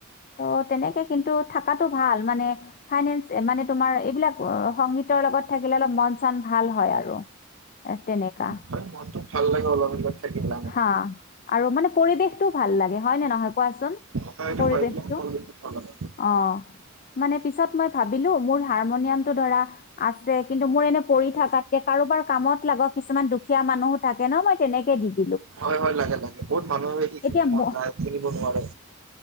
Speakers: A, on the left; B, on the right.
A: ত' তেনেকে। কিন্তু থাকাটো ভাল মানে ফাইনেন্স মানে তোমাৰ এইবিলাক সংগীতৰ লগত থাকিলে অলপ মন চন ভাল হয় আৰু তেনেকে কা
B: হয় মনটো ভাল লাগে অলপ অলপ থাকিল লাগে
A: হা আৰু মানে পৰিৱেশটোও ভাল লাগে হয় ন নহয় কোৱাচোন,
B: হয় এইটো
A: পৰিৱেশটো
B: হয় এইবিলাক ভাল লাগে
A: অঁ, মানে পিছত মই ভাবিলো মোৰ হাৰমনিয়াম টো ধৰা আছে কিন্তু মোৰ এনে পৰি থাকাতকে কাৰোবাৰ কামত লাগক কিছুমান দুখীয়া মানুহো থাকে ন মই তেনেকে দিম
B: হয় হয় লাগে-লাগে বহুত মানুহ শিকিব
A: এতিয়া
B: মন
A: ম
B: যায়, কিনিব নোৱাৰে।